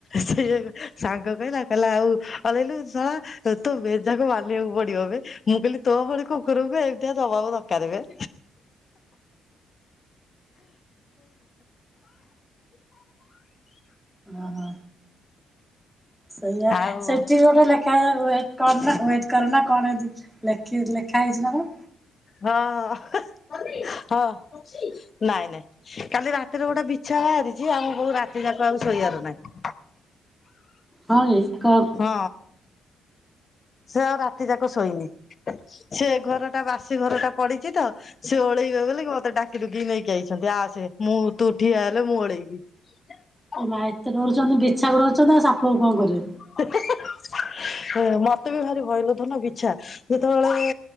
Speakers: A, on the left (about 45°); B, in the centre.
A: ସେସେୟା ସାଙ୍ଗ କହିଲା କହିଲା ଆଉ ଅଇଲୁ ଶଲା ତୋ ଭେଜାକୁ ମାନିବାକୁ ପଡିବ ଏ ମୁଁ କହିଲି ତୋ ଭଳି କୁକୁରକୁ ଏମିତିଆ ଦବାକୁ ଦରକାର ଏ <inaudible>
B: ଓହୋ। ସେଇଆ
A: ଆଉ
B: ସେଠି ଗୋଟେ ଲେଖା ୱଟ କରନା ୱେଟ କରନା କଣ ଏନ୍ତି ଲେଖା ଲେଖି ଲେଖା ହେଇଛି ନା କଣ
A: ହଁ ହଁ ହଁ। ନାଇଁ ନାଇଁ କାଲି ରାତିରେ ଗୋଟେ ବିଛା ବାହାରିଚି ଆମ ବୋଉ ରାତି ଯାକ ଆଉ ଶୋଇବାର ନାଇଁ
B: ହଁ କି କଣ
A: ହଁ ସେ ଆଉ ରାତି ଯାକ ଶୋଇନି ସେ ଘର ଟା ବାସି ଘର ଟା ପଡିଚି ତ ସେ ଓଳେଇବେ ବୋଲି କି ମତେ ଡାକିଡୁକିକି ନେଇକି ଆଇଛନ୍ତି ଆସେ ମୁଁ ତୁ ଠିଆ ହେଲେ ମୁଁ ଓଳେଇବି <inaudible>
B: ଏ ମା ଏତେ ଡରୁଚନ୍ତି ବିଛା କୁ ଡରୁଚନ୍ତି ଆଉ ସାପ କୁ କଣ କରିବେ
A: ହି ହି ମତେ ବି ଭାରି ଭୟଲୋ ଧନ ବିଛା ଯେତେବେଳେ